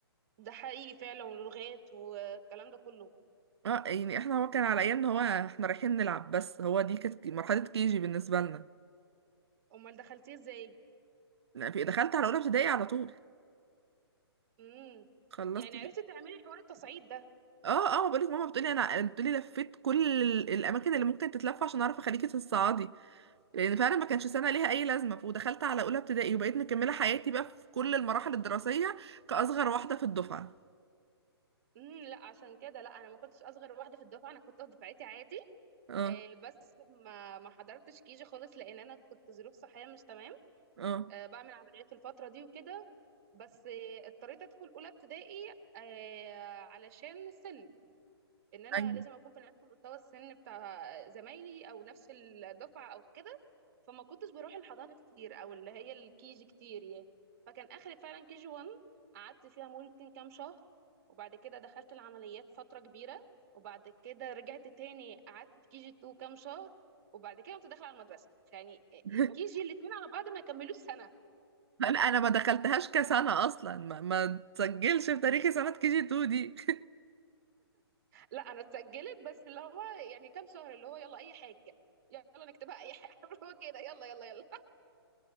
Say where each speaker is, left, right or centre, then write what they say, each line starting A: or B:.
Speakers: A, on the right; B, on the right.
A: ده حقيقي فعلا ولغات والكلام ده كله
B: اه يعني احنا هو كان على ايامنا هو احنا رايحين نلعب بس هو دي كانت مرحلة كيجي بالنسبة لنا
A: أمال دخلتيه إزاي؟
B: لا، في- دخلت على اولى ابتدائي على طول
A: امم
B: خلصت
A: يعني عرفتي تعملي حوار التصعيد ده
B: اه اه بقول لك ماما بتقولي انا بتقولي لفيت كل ال- الاماكن اللي ممكن تتلف عشان اعرف اخليكي تتصعدي لان فعلا ما كانش سنه ليها اي لازمه ودخلت على اولى ابتدائي وبقيت مكمله حياتي بقى في كل المراحل الدراسيه كاصغر واحده في الدفعه
A: امم لا عشان كده لا انا ما كنتش اصغر واحده في الدفعه انا كنت في دفعتي عادي
B: اه
A: آه، بس ما ما حضرتش كيجي خالص لان انا كنت ظروف صحيه مش تمام
B: اه
A: آه، بعمل عمليات الفتره دي وكده بس آه، اضطريت ادخل اولى ابتدائي آه، علشان السن ان انا
B: ايوه
A: لازم اكون في نفس مستوى السن بتاع زمايلي او نفس الدفعه او كده فما كنتش بروح الحضانه كتير او اللي هي الكيجي كتير يعني فكان اخري فعلا كيجي 1 قعدت فيها ممكن كام شهر وبعد كده دخلت العمليات فتره كبيره وبعد كده رجعت تاني قعدت في كيجي 2 كام شهر وبعد كده كنت داخله على المدرسه يعني
B: <laughs>
A: كيجي الاثنين على بعض ما يكملوش سنه
B: لا انا ما دخلتهاش كسنه اصلا ما ما تسجلش في تاريخي سنه كي جي 2 دي <laughs>
A: لا انا اتسجلت بس اللي هو يعني كام شهر اللي هو يلا اي حاجه يلا نكتبها اي حاجه <laughs> اللي هو كده يلا يلا يلا